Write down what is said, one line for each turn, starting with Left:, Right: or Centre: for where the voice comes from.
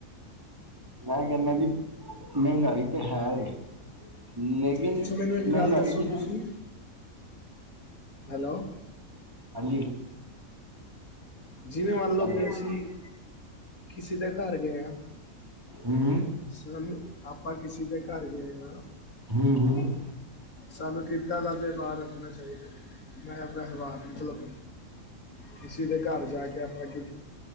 Right: ਮੈਂ ਕਹਿੰਦਾ ਜੀ ਮਹਿੰਗਾਈ ਤੇ ਹੈ। ਲੇਕਿਨ
Left: ਅਤੇ ਅੱਛਾ ਮੈਨੂੰ ਇੱਕ
Right: ਮਹਿੰਗਾਈ
Left: ਗੱਲ ਦੱਸੋ
Right: ਜਿੰ
Left: ਤੁਸੀਂ ਹੈਲੋ
Right: ਹਾਂਜੀ,
Left: ਜਿਵੇਂ ਮੰਨ ਲਓ,
Right: ਹੈਲੋ
Left: ਕਿ ਅਸੀਂ ਕਿਸੇ ਦੇ ਘਰ ਗਏ ਹਾਂ।
Right: ਹਮ
Left: ਸਰਨ ਆਪਾਂ ਕਿਸੇ ਦੇ ਘਰ ਗਏ ਹਾਂ।
Right: ਹੂੰ-ਹੂੰ,
Left: ਸਾਨੂੰ ਕਿੱਦਾਂ ਦਾ ਵਿਵਹਾਰ ਰੱਖਣਾ ਚਾਹੀਦਾ, ਮੈਂ ਵਿਵਹਾਰ ਮਤਲਬ ਕਿਸੇ ਦੇ ਘਰ ਜਾ ਕੇ ਆਪਾਂ ਕਿ